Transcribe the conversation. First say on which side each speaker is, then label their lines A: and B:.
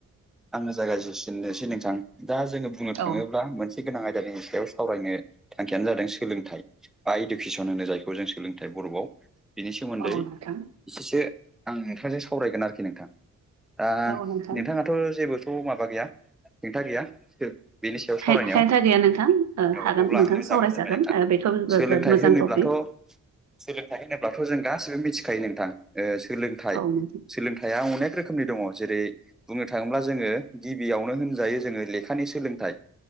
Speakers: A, in the centre; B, on the right.
A: आंनो। जायागायसिननोसै नोंथां दा जोंङो बुंनो थांङोब्ला
B: औ
A: मोनसे गोनां आयदा। जनि सायाव सावरायनो थांखियानो जादों सोलोंथाइ बा इडुकेसन होनो जायखौ जों सोलोंथाइ बर'आव। बिनि सोमोन्दै
B: औ
A: एसेसो
B: नोंथां
A: आं नोंथांजों सावरायगोन आरोखि नोंथां। दा
B: औ नोंथां
A: नोंथाङाथ' जेबोथ' माबा गैया हेंथा गैया। बेनि सायाव सावरायनायाव
B: हे- हेंथा गैया नोंथां ओ,
A: औ
B: हागोन
A: अब्ला
B: नोंथां
A: आंनो
B: सावरायजागोन
A: जागाय जेनबाय नोंथां
B: ओ, बेथ' बिराद
A: सोलोंथाइ
B: मोजां
A: होनोब्लाथ'।
B: टपिक
A: सोलोंथाइ होनोब्लाथ' जों। गासिबो मिथिखायो नोंथां सोलोंथ
B: औ नोंथां
A: सोलोंथया अनेक रोखोम। रोखोमनि दंङ जेरै बुंनो थांङोब्ला जोंङो गिबियावनो होनजायो जोंङो लेखानि सोलोंथाइ।